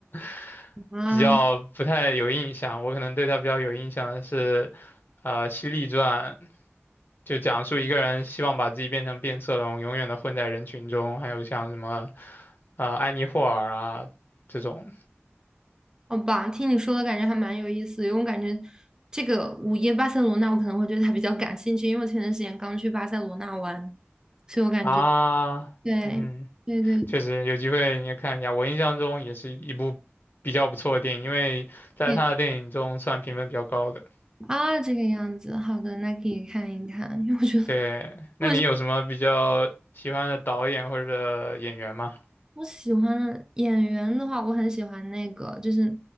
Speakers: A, on the left; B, on the right.
A: <laughs>
B: 啊，
A: 比较不太有印象。我可能对他比较有印象的是，呃，《犀利传》就讲述一个人希望把自己变成变色龙，永远的混在人群中，还有像什么呃安妮霍尔啊这种
B: 好吧，听你说的感觉还蛮有意思的，因为我感觉这个《午夜巴塞罗那》我可能会对它比较感兴趣，因为我前段时间刚去巴塞罗那玩，所以我感觉
A: 啊，
B: 对对对
A: 嗯。确实有机会你也看一下。我印象中也是一部比较不错的电影，因为在他的电影中算评分比较高的。
B: 对啊，这个样子，好的，那可以看一看，因为我觉得
A: 对，那你有什么比较喜欢的导演或者演员吗？
B: 我是。我喜欢的演员的话，我很喜欢那个，就是